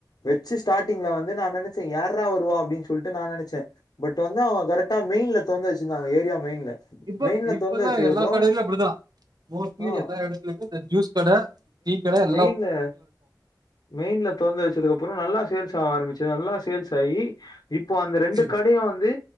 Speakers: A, on the left; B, on the right.
A: வச்சு ஸ்டார்ட்டிங் வந்து நினைச்சேன் யாரரா வருவா அப்படின்னு சொல்லிட்டு நான் நினைச்சேன் பட் வந்து அவங்க கரெக்டா மெயின்ல தொறந்து வச்சிருந்தாங்க ஏரியா மெயின்ல
B: இப்ப
A: மெயின்ல
B: இப்ப
A: தொறந்து
B: எல்லா
A: வச்சதுக்கு
B: எல்லா
A: அப்புறோ
B: கடையிலும் அப்படிதான் மோஸ்ட்லி
A: ஆ
B: எல்லா இடத்துலுமே இந்த ஜூஸ் கடை டீ கடை எல்
A: மெயின்னு மெயின்ல தொறந்து வச்சதுக்கு அப்புறோ நல்லா சேல்ஸ் ஆக ஆரம்பிச்சது அதெல்லா சேல்ஸ் ஆகி இப்போ அந்த ரெண்டு
B: சரி
A: கடையும் வந்து